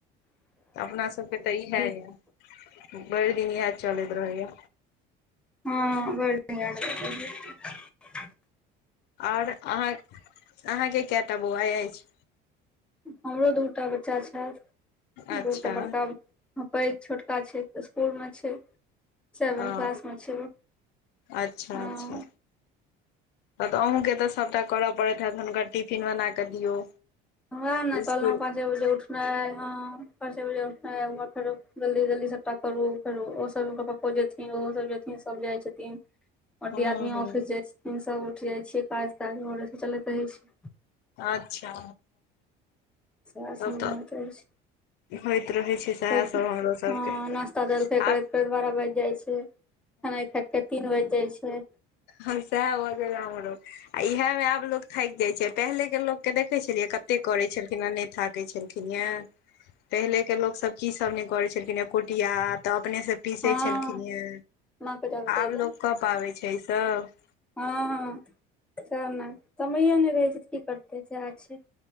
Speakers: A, on the left; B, in the centre.
A: तै अपना सबके तै इहै यै भैर दिन इहै चलैत रहै यै।
B: हां भैर दिन इहै सब रहय यै।
A: और अहाँ के अहाँ के कएटा बौआ ऐछ?
B: हमरो दू टा बच्चा छैथ,
A: अच्छा
B: दूटा बड़का हां पैग छोटका छै तै स्कुल में छै। सेवन
A: ओ
B: क्लास मे छै ओ
A: अच्छा
B: हां
A: अच्छा तब तै अहूँ के तै सबटा करय पड़ैत हैत हुनकर टिफिन बना कै दियौ
B: उहो मे कहलौ
A: स्कुल
B: पच पाँचे बजे उठनाय हां पाँचे बजे उठनाय उमर फेरो जल्दी-जल्दी सबट्टा करू फेर ओ-ओसभ हिनकर पप्पो जेथिन ओहो सब जेथिन सब जाइ छथिन और
A: हँ
B: दीयादिनियो
A: हँ
B: ऑफिस जाय छथिन सब उठ जाय छियै काज ताज भोरे स चलैत रहै छैय।
A: अच्छा।
B: सएह
A: तब
B: सम
A: तऽ
B: बात अइछ।
A: होइत रहै छै सएह
B: हँ
A: सब हमरो सबके
B: नाश्ता जलखय
A: आब
B: करइत दस, बारह बाइज जाइ छैय। खेनाइ खाइत-खाइत तीन बाइज जाइ छैय।
A: अखन सेह भ गेल ए हमरो आ इहेमे आब लोक थाइक जाय छैय पहिले के लोक के देखै छलियै कते करय छलखिन नै थाकय छलखिन ये पहिलेके लोक सब की सब नै करय छल खिन ये कुटिया त अपने से पीसय
B: हँ
A: छलखिन हें।
B: माँ के जाके
A: आब
B: कहि देब
A: लोक कऽ पाबै छैय इ सब।
B: हँ सेह ने समये नै रहै छैय की करतै सेह छैय।